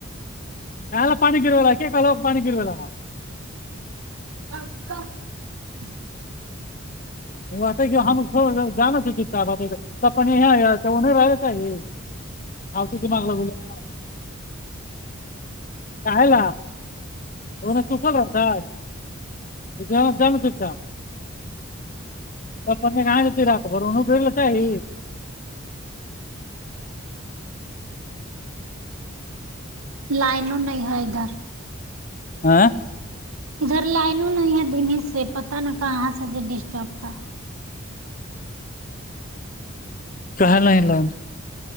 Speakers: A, on the left; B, on the right.
A: <unintelligible>
B: <inaudible>
A: <unintelligible> <unintelligible> <unintelligible> <unintelligible> <unintelligible>
B: لائن نہیں ہے ادھر
A: ہاں
B: ادھر لائنوں ن ہےا دن سے پتہ ن کا سے جو ڈسٹرب ہے
A: کہاں لائنوں